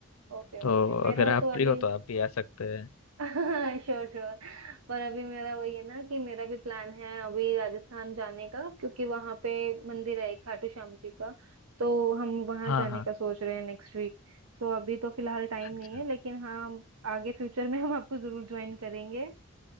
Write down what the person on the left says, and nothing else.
तो
अगर आप
फ्री
हो तो आप भी आ सकते हैं
हाँ
हाँ
अच्छा